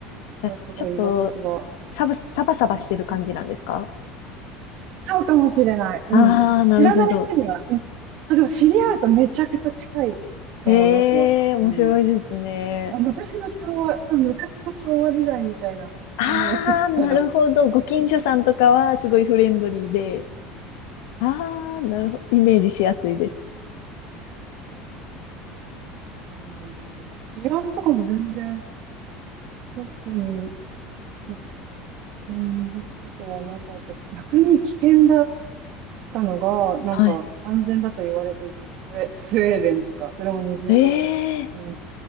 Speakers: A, on the right (about 45°); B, on the left (about 70°).
A: 私はすごい居心地が良かっ
B: じゃあ、ちょっと、サブ、サバサバしてる感じなんですか
A: た、そうかもしれない。うん。
B: ああー、
A: 知らない人には、
B: なるほど。
A: うん。あ、でも知り合うとめちゃくちゃ近いと思いますよ。
B: ええ、面白いですね。
A: うん。あ、昔の昭和、そう、昔の昭和時代みたいなイメージかな。
B: ああー、なるほど。ご近所さんとかはすごいフレンドリーで、ああ、なるほど。イメージしやすいです。
A: だね。治安とかも全然特に危険なことはなかったし、逆に危険だったのが、なんか安全だと言われていたスウェ、
B: はい。
A: スウェーデンとか、それも20、
B: ええ
A: ね、